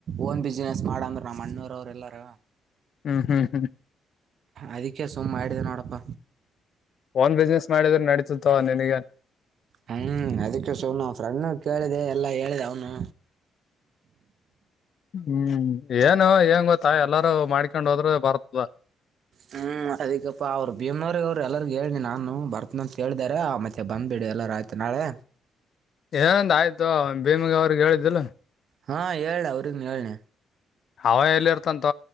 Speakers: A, on the right (about 60°); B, on the left (about 60°).
A: ಓನ್ ಬಿಸಿನೆಸ್ ಮಾಡಂದ್ರ ನಮ್ ಅಣ್ಣೊರು ಅವರೆಲ್ಲರು
B: ಹ್ಮ್ ಹ್ಮ್ ಹ್ಮ್
A: ಅದಕ್ಕೆ ಸುಮ್ಮ ಮಾಡಿದೆ ನೋಡಪ್ಪ.
B: ಓನ್ ಬಿಸ್ನೆಸ್ ಮಾಡಿದ್ರೆ ನಡತಿತ್ತು ತಗೋ ನಿನಗೆನೆ.
A: ಹ್ಮ್ ಅದಕ್ಕೆ ಸುಮ್ನೆ ನಮ್ ಫ್ರೆಂಡ್ನು ಕೇಳಿದೆ ಎಲ್ಲಾ ಹೇಳಿದ ಅವನು.
B: ಹ್ಮ್ ಏನು ಎನ್ ಗೊತ್ತಾ ಎಲ್ಲಾರೂ ಮಾಡ್ಕೊಂಡ್ ಹೋದ್ರೇ ಬರ್ತದ.
A: ಹ್ಮ್ ಅದಕ್ಕಪ್ಪಾ ಅವ್ರು ಭೀಮರು ಇವ್ರು ಎಲ್ಲರಿಗ ಹೇಳನಿ ನಾನು ಬರ್ತನ ಅಂತೇಳ್ದಾರೆ ಆ ಮತ್ತೆ ಬಂದ್ ಬಿಡಿ ಎಲ್ಲಾರ ಆಯ್ತ. ನಾಳೆ
B: ಏನೂ ಒಂದು ಆಯ್ತಿ ಬೀಮ ಅವ್ರಿಗೆ ಹೇಳಿದ್ದಿಲ್ಲ.
A: ಹಾ ಹೇಳ ಅವ್ರ ಹೇಳ್ ನ
B: ಅವ ಎಲ್ಲಿ ಇರ್ತಂತ್